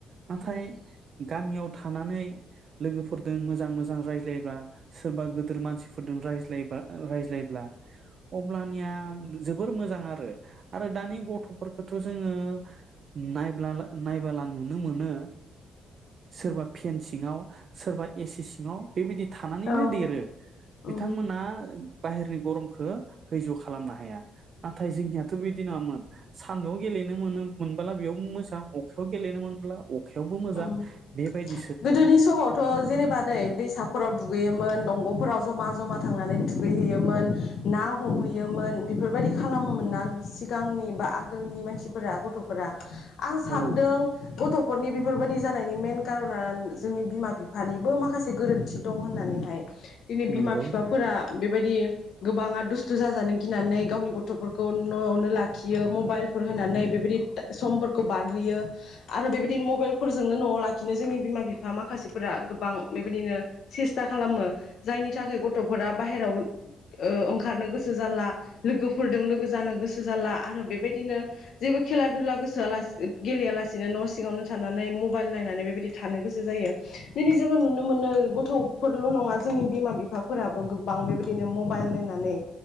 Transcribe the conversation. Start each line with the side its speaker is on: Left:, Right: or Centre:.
Right: नाथाय
Left: उम
Right: गामियाव था थानानै लोगोफोरजों मोजां मोजां रायज्लायबा सोरबा गोदोर मानसिफोरजों रायज्लायबा रायज्लायब्ला अब्लानो <unintelligible> जोबोर मोजां आरो आरो दानि गथ'फोरखौ थ' जोङो नायब्ला नायबोला नुनो मोनो सोरबा फेन सिङाव सोरबा एसि सिङाव बेबायदि थानानैनो
Left: औ
Right: देरो बिथांमोना
Left: उम
Right: बाहेरनि गरम हो हैज्य' खालामनो हाया नाथाय जोंनियाथ' बिदि नङामोन हान्दुआव गेलेनो मोनो मोनबोला बेयाव मोजां अखायाव गेलेनो मोनब्ला अखायावबो मोजां
Left: उम
Right: बेबायदि
Left: गोदोनि समावथ' जेनेबा नै दै सा फोराव दुगैयोमोन दंग'फोराव जमा जमा थांनानै दुगैहैयोमोन ना हमहैयोमोन बेफोरबायदि खालामोमोन ना सिगांनि बा आगोलनि मानसिफोरा गथ'फोरा आं सानदों
Right: औ
Left: गथ'फोरनि बेफोरबायदि जानायनि मेन कारन नान जोंनि बिमा बिफानिबो माखासे गोरोन्थि दं होननानै हाय दिनै बिमा
Right: नंगौ
Left: फिफाफोरा बेबायदि गोबाङा दुस्थु जाजानो गिनानै गावनि गथ'फोरखौ न'आवनो लाखियो मबाइलफोर होनानै बेबायदि समफोरखौ बारहोयो आरो बेबायदिनो मबाइल फोरजोंनो न'आव लाखिनो जोंनि बिमा-बिफा माखासेफोरा गोबां बेबायदिनो सेस्था खालामो जायनि थाखाय गथ'फोरा बाहेराव ओ ओंखारनो गोसो जाला लोगोफोरजों लोगो जानो गोसो जाला आरो बेबायदिनो जेबो खेला दुला गोसोया लासिनो गेलेया लासिनो न' सिङावनो थानानै मबाइल नायनानै बेबायदि थानो गोसो जायो दिनै जोङो नुनो मोनो गथ'फोरल' नङा जोंनि बिमा बिफाफोराबो गोबां बेबायदिनो म बाइल नायनानै